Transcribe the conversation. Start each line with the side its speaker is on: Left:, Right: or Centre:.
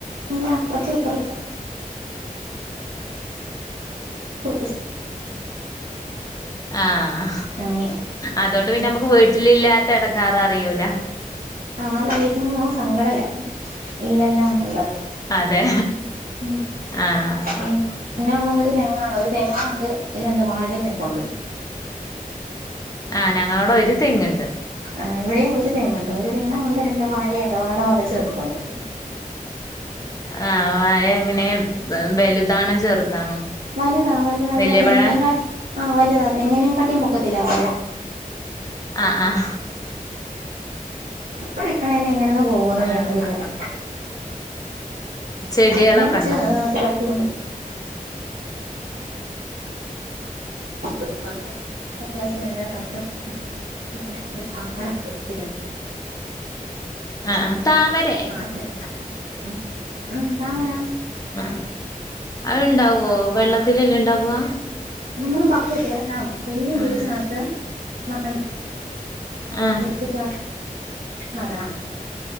Right: അ അപ്പുറത്തെ അപ്പറ <inaudible>
Left: ആഹ്
Right: അങ്ങനെയാ
Left: അതോണ്ട് പിന്നെ
Right: ഉം
Left: നമുക്ക് വീട്ടിലില്ലാത്ത എടങ്ങേർ അറിയൂല.
Right: ആ അതാ വീട്ടി <unintelligible> സങ്കടല്ല ഇല്ലല്ലാം ഒന്നുള്ളത്
Left: അതെ
Right: <inaudible>
Left: ആഹ്
Right: പിന്നെ ഉള്ളവര് തെങ്ങാണ് ഒരു തെങ്ങ് ഉണ്ട് രണ്ട് വാഴേ നിപ്പുണ്ട്.
Left: ആഹ് ഞങ്ങളോട ഒരു തെങ്ങ്ണ്ട്
Right: ആഹ് ഇവിടെയും ഒരുതെങ്ങുണ്ട് തേങ്ങുണ്ട് രണ്ട് വാഴയുണ്ട് വാഴ ഒലച്ചു തീർക്കണ്ട്
Left: ആഹ് വാഴ എങ്ങനെ വലുതാണോ ചെറുതാണോ
Right: വലുതാ വലതാ അയ്യോ
Left: വല്യ
Right: തെങ്ങിനെ
Left: പഴാ
Right: കാട്ടിലും ആഹ് വലുതാ തെങ്ങിനെ കാട്ടിലും പൊക്കത്തില വാഴ
Left: ആഹ് ആഹ്
Right: ഇ വിക്കണല്ലേ ഇങ്ങനെങ്
Left: ആഹ്
Right: <unintelligible>
Left: ചെടികളൊക്കെണ്ടോ
Right: പിന്നെ കൊച്ച് തുളസി <unintelligible>
Left: ആഹ് ആഹ് താമരെ
Right: ആഹ് <unintelligible> മ്മ് താമര
Left: ആഹ് അത് ഇണ്ടാവോ വെള്ളത്തി എല്ലാം ഇണ്ടാവാ
Right: നമ്മള് <unintelligible> ഭക്തട്ടബൈസ്നകത്ത്
Left: ആഹ്
Right: <unintelligible>
Left: ആഹ്
Right: <inaudible> നടണം